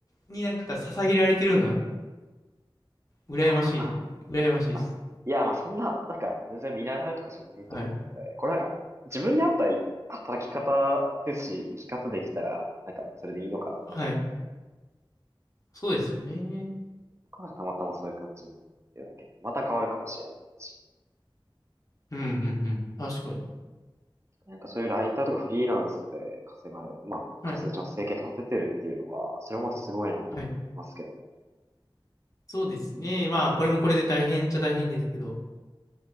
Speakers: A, on the left; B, on the right.
A: になんか捧げられてるのが羨ましい、
B: いやーまあ、
A: 羨ましいです。
B: まあ、いやーまあそんな、なんか全然見習うとかじゃないと思うので、
A: はい。
B: これなんか自分に合った働き方ですし、生き方できたら、なんかそれでいいのかなと思います。
A: はい。そうですよね。
B: なんかたまたまそういう感じになってるだけで。また変わるかもしれませんし。
A: うん、うん、うん。確かに。
B: なんかそういうライターとかフリーランスで稼がれ、まあ、
A: はい。
B: 稼いでちゃんと生計立ててるっていうのは、それもまたすごいなと思いますけども。
A: はい。そうですね。まあ、これもこれで大変っちゃ大変ですけど、